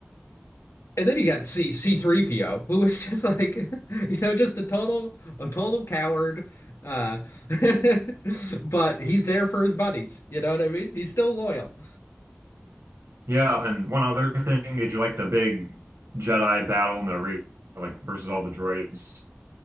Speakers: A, on the left; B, on the right.
A: and then you got C C3PO, who is just like, <laughs> you know, just a total a total coward. Uh <laughs> but he's there for his buddies, you know what I mean? He's still loyal.
B: Yeah, and one other thing, did you like the big Jedi battle in the re like versus all the droids?